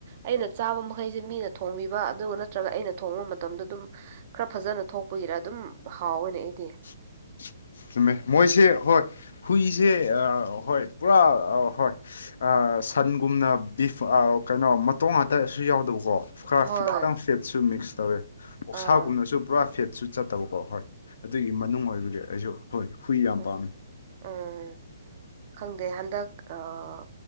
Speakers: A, on the right (about 45°); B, on the left (about 70°).
A: ꯑꯩꯅ ꯆꯥꯕ ꯃꯈꯩꯁꯦ ꯃꯤꯅ ꯊꯣꯡꯕꯤꯕ ꯑꯗꯨꯒ ꯅꯠꯇ꯭ꯔꯒ ꯑꯩꯅ ꯊꯣꯡꯕ ꯃꯇꯝꯗ ꯑꯗꯨꯝ ꯈꯔ ꯐꯖꯅ ꯊꯣꯛꯄꯒꯤꯔ ꯑꯗꯨꯝ ꯍꯥꯎꯋꯦꯅꯦ ꯑꯩꯗꯤ
B: <inaudible> ꯆꯨꯝꯃꯦ ꯃꯣꯏꯁꯦ ꯍꯣꯏ ꯍꯨꯏꯁꯦ ꯑꯥ ꯍꯣꯏ ꯄꯨꯔꯥ ꯍꯣꯏ ꯑꯥ ꯑꯥ ꯁꯟꯒꯨꯝꯅ ꯕꯤꯐ ꯑꯥ ꯀꯩꯅꯣ ꯃꯇꯣꯡ ꯉꯥꯛꯇꯁꯨ ꯌꯥꯎꯗꯕꯀꯣ ꯈꯔ
A: ꯍꯣꯏ
B: ꯈꯤꯇꯪ ꯐꯦꯠꯁꯨ ꯃꯤꯛꯁ ꯇꯧꯋꯦ ꯑꯣꯁꯥꯒꯨꯝꯅꯁꯨ
A: ꯑꯥ
B: ꯄꯨꯔꯥ ꯐꯦꯠꯁꯨ ꯆꯠꯇꯕ ꯑꯣ ꯍꯣꯏ ꯑꯗꯨꯒꯤ ꯃꯅꯨꯡ ꯑꯣꯏꯕꯒꯤ ꯑꯩꯁꯨ ꯍꯣꯏ ꯍꯨꯏ ꯌꯥꯝ
A: ꯎꯝ
B: ꯄꯥꯝꯃꯤ
A: ꯎꯝ ꯈꯪꯗꯦ ꯍꯟꯗꯛ ꯑꯥ